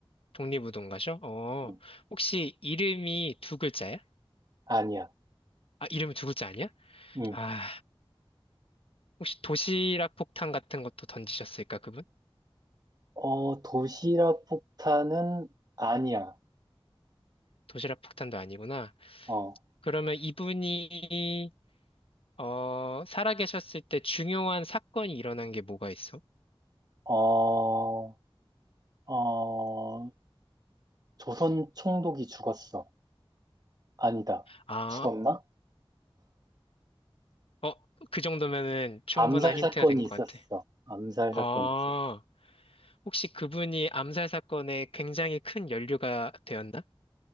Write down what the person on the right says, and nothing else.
음,
아니야.
음,
어, 도시락 폭탄은 아니야.
어,
어, 어, 조선 총독이 죽었어. 아니다.
죽었나?
암살
사건이
있었어.
암살
사건이 있었어.